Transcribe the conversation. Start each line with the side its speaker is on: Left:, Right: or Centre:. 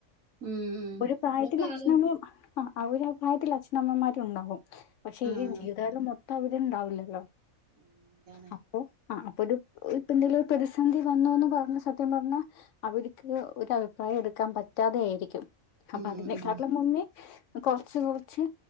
Right: ഉം ഉം
Left: ഒരു പ്രായത്തില്
Right: ഇപ്പളത്തെ ആള്
Left: അച്ഛനമ്മയും ആ അവരും പ്രായത്തിൽ അഛനമ്മമാരുണ്ടകും പക്ഷെ
Right: ആഹ്
Left: ഈ ജീവിതാലും മൊത് അവരുണ്ടാവില്ലല്ലോ
Right: ആഹ് അതാണ്
Left: അപ്പൊ ആ അപ്പൊരു ഇപ്പ എന്തെങ്കിലും പ്രസന്ധി വന്നോ എന്ന് പറഞ്ഞ സ സത്യം പറഞ്ഞാൽ അവർക്ക് ഒരു അഭിപ്രായം എടുക്കാൻ പറ്റാതെ ആയിരിക്കും അപ്പ
Right: ഉം
Left: അതിനന്നെ
Right: ഉം
Left: കാട്ടിലും മുന്നേ കൊർച്ച് കൊർച്ച്‌